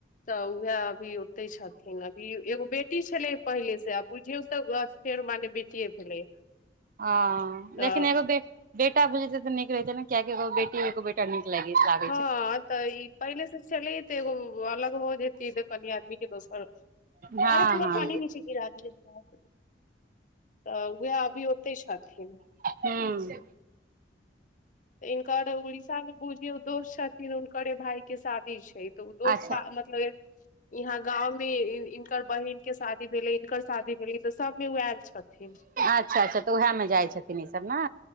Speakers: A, on the left; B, on the right.
A: तऽ उएह अभी ओते छथिन अभी एगो बेटी छलै पहिले से आ बुझियौ तऽ फेर मने बेटिये भेलै
B: अऽ लेकिन
A: तऽ
B: एगो के बेटा बुझत तऽ नीक रहै ने किया कि <unintelligible> क नीक <unintelligible>
A: हँ तऽ ई पहिले से छले ते एगो अलग हो जेत त कनी आदमी <unintelligible>
B: हँ
A: अरे पूरा
B: हँ
A: पानि मे चैल गेल हैत तऽ उएह अभी ओतहि छथिन
B: हूँ
A: हिनकर उड़ीसा मे बुझियौ दोस्त छथिन हुनकरे भाय के साथ ई छै तऽ ओ दोस
B: अच्छा
A: मतलब जे ईहा गाँंव मे इनकर बहिन के शादी भेलै इनकर शादी भेलै तऽ सबमे उ आएल छथिन
B: अच्छा अच्छा तऽ उएहमे जाइ छथिन ईसभ ने